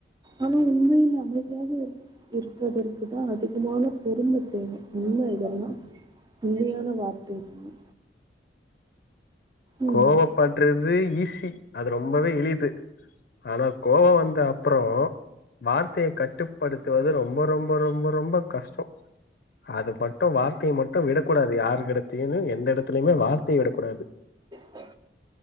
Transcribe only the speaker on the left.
கோவப்பட்றது ஈசி அது ரொம்பவே எளிது ஆனா கோவ வந்தா அப்றோ வார்த்தைய கட்டுபடுத்துவது ரொம்ப ரொம்ப ரொம்ப ரொம்ப கஷ்ட்டோ அது மட்டு வார்த்தைய மட்டு விடக்கூடாது யாரு எடத்தைமே எந்த எடத்துலயுமே வார்த்தைய விடக்கூடாது